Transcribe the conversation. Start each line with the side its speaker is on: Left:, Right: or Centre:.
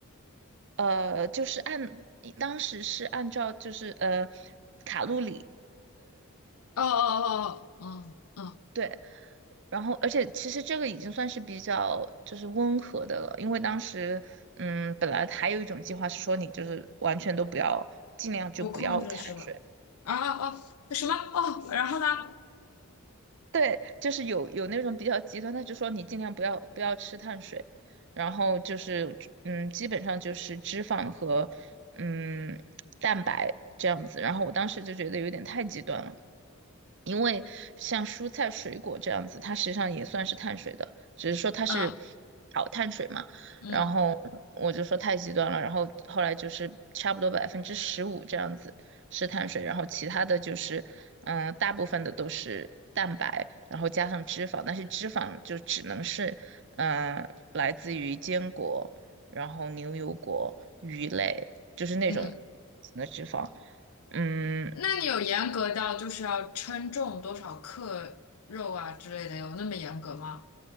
Right: 呃，就是按当时是按照就是呃卡路里。
Left: 哦哦哦，哦嗯嗯，
Right: 对，然后，而且其实这个已经算是比较就是温和的了，因为当时，嗯，本来还有一种计划是说你就是完全都不要，尽量就不要碳水，
Left: 不控制是吧？啊哦什么哦，然后呢？
Right: 对，就是有有那种比较极端，他就说你尽量不要不要吃碳水，然后就是嗯，基本上就是脂肪和嗯蛋白这样子。然后我当时就觉得有点太极端了，因为像蔬菜水果这样子，它实际上也算是碳水的，只是说它是
Left: 嗯
Right: 好碳水嘛。
Left: 嗯
Right: 然后我就说太极端了，然后后来就是差不多百分之十五这样子。是碳水，然后其他的就是，嗯、大部分的都是蛋白，然后加上脂肪，但是脂肪就只能是，嗯、来自于坚果，然后牛油果、鱼类，就是那种
Left: 嗯，
Right: 的脂肪，嗯，
Left: 那你有严格到就是要称重多少克肉啊之类的，有那么严格吗？